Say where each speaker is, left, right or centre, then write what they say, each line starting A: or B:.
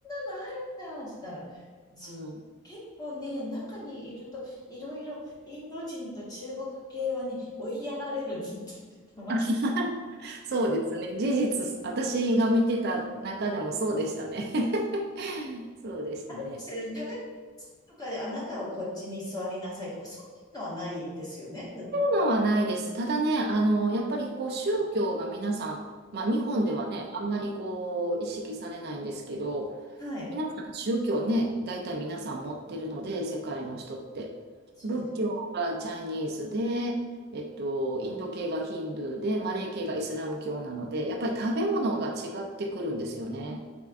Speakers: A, on the left; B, on the right.
A: なのあるんだ、って言ったら、そう結構ね、
B: うん、
A: 中にいると、いろいろインド人と中国系はね、追いやられるって言ってまし
B: <laughs> そうですね。事実、私が見てた中でもそうでしたね。<laughs> そうでしたね。
A: あれですよね、食べ物とかであなたはこっちに座りなさいとか、そういうのはないですよね。
B: のはないです。ただね、あの、やっぱりこう宗教が皆さん、まあ日本ではね、あんまりこう意識されないんですけど、
A: はい。
B: 皆さん宗教ね、大体皆さん持ってるので、世界の人って。
A: そうです。
B: 仏教がチャイニーズで、えっと、インド系がヒンドゥーで、マレー系がイスラム教なので、やっぱり食べ物が違ってくるんですよね。